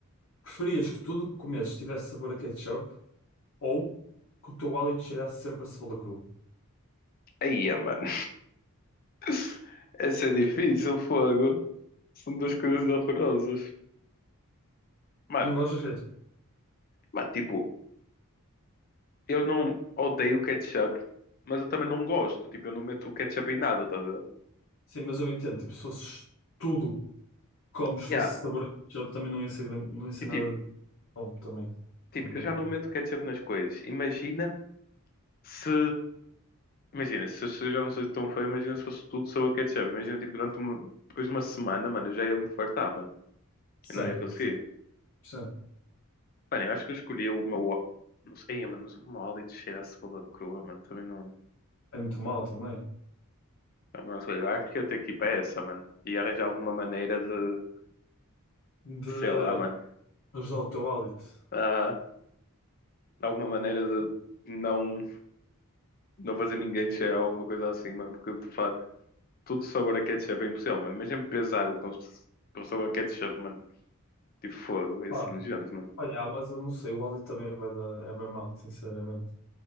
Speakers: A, on the left; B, on the left.
A: preferias que tudo que comesses tivesse sabor a ketchup ou que o teu hálito cheirasse sempre a cebola crua?
B: Aí, mano. <laughs> Essa é difícil, fogo. São duas coisas horrorosas. Mano,
A: Não gostas, de ketchup?
B: mas tipo, eu não odeio ketchup, mas eu também não gosto. Tipo, eu não meto ketchup em nada, tá a ver?
A: Sim, mas eu entendo, tipo, se fosses tudo como se fosse
B: Yeah.
A: sabor de ketchup, também não ia ser, grande- não ia ser
B: E
A: nada
B: tipo,
A: bom, também. Também
B: tipo,
A: concordo.
B: eu já não meto ketchup nas coisas. Imagina se. Imagina, se se eu já não sou tão fã, imagina se fosse tudo só o ketchup. Imagina, tipo, durante uma... depois de uma semana, mano, eu já ia me fartar, mano.
A: Sim,
B: Eu não ia conseguir.
A: sim.
B: Mano, eu acho que eu escolhi uma. wa- Não sei, mano, mas uma wallet cheira a cebola crua, mano. Também não.
A: É muito mal também.
B: Ah, mano, Não sei, eu acho que ia ter que ir para essa, mano. E arranjar alguma maneira de. de,
A: De
B: Sei lá, mano.
A: ajudar o teu hálito.
B: Aham. Alguma maneira de não. Não fazer ninguém cheirar alguma coisa assim, mano. Porque de facto tudo sabor a ketchup é impossível, mano. Imagina bebes água com, com sabor a ketchup, mano. Tipo fogo, ia
A: Pá,
B: ser nojento, mano.
A: olha, ah, mas eu não sei, o hálito também vai dar, é bem mal, sinceramente.